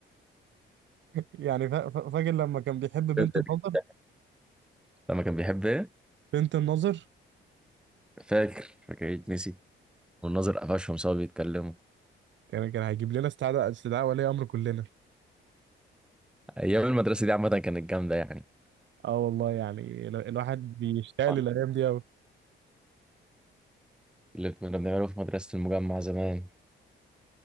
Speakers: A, on the right (about 65°); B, in the centre.
A: يعني فا- فا- فاكر لما كان بيحب بنت
B: <laughs>
A: الناظر
B: لما كان بيحب ايه
A: بنت الناظر
B: فاكر فاكر يتنسي والناظر قفشهم سوا بيتكلموا
A: كان كان هيجيب لنا استدعاء استدعاء ولي امر كلنا
B: ايام المدرسه دي عامه كانت جامده يعني
A: اه والله يعني ال- الواحد بيشتاق
B: ولا-
A: للايام دي قوي
B: اللي كنا بنعمله في مدرسة المجمع زمان